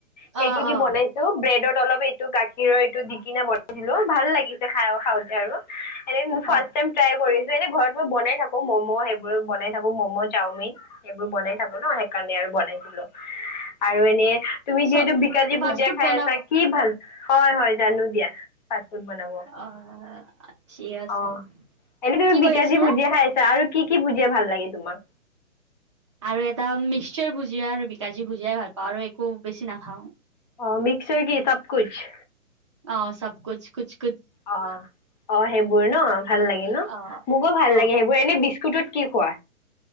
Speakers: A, on the left; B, on the right.
A: সেইটো
B: অ
A: দি
B: অ
A: বনাইছো ব্ৰেডৰ। অলপ এইটো গাখীৰৰ এইটো দি কিনা বনাই বনাইছিলো ভাল লাগিছে খাইক। খাওঁতে আৰু। এ ফাৰ্ষটাইম
B: অ
A: ট্ৰায় কৰিছো এনে ঘৰত মই বনাই থাকো ম'ম' সেইবোৰ বনাই থাকো ম'ম' চাওমিন সেইবোৰ বনাই থাকো ন সেইকাৰণে আৰু বনাইছিলো আৰু এনে। তুমি
B: চব
A: যিহেতু বিকাজী
B: ফাষ্ট
A: ভুজিয়া
B: ফুড
A: খাই
B: বনাব
A: আছা কি ভাল। হয় হয় জানো দিয়া। ফাষ্ট ফুড বনাব।
B: অ ঠিক আছে
A: অ এনে তমি
B: কি
A: বিকাাজী
B: কৈ আছিলা
A: ভুজিয় খাই আছা আৰু। কি কি বুজে ভাল লাগে তোমাক।
B: আৰু এটা মিক্সাৰ ভুজিয়া আৰু বিকাাজী ভুজিয়াই ভাল পাওঁ আৰু একো বেছি নাখাও।
A: অ মিক্সৰ কি চব কছ।
B: অ চব কুছ কুছ।
A: অঁ। অঁ, সেইবোৰ ন। ভাল লাগে ন
B: অ
A: মোকো ভাল
B: অ
A: লাগে সেইবোৰ এনেই বিস্কুতত। কি খোৱা।